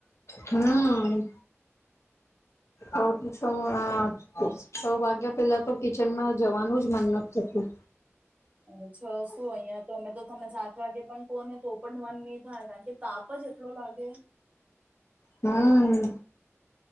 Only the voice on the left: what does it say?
હમ્મ. અ તો આ છ વાગ્યા પેલા તો કિચનમાં જવાનું જ મન નથ થતું
હમ્મ.